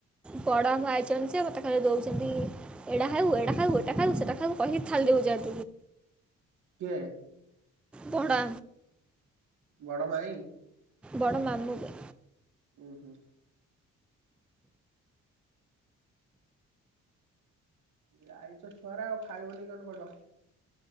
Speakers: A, in the centre; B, on the right.
A: ବଡ଼ ମାମୁଁ ଆଇଛନ୍ତି ଯେ ମୋତେ ଖାଲି ଦଉଛନ୍ତି ଏଇଟା ଖାଇବୁ ଏଇଟା ଖାଇବୁ ଏଟା ଖାଇବୁ ସେଟା ଖାଇବୁ କହିକି ଥାଳି ରେ ଓଯାଡ଼ି।
B: ତୁ ଏ।
A: ବଡ଼ ଆମୁଁ।
B: ବଡ଼ ମାଇଁ।
A: ବଡ଼ ମାମୁଁ ବେ।
B: ଉଁ ହୁଁ। ଯାଇଛ ଛୁଆରା ଆଉ ଖାଇବନି କେଁତି କହୁଚ।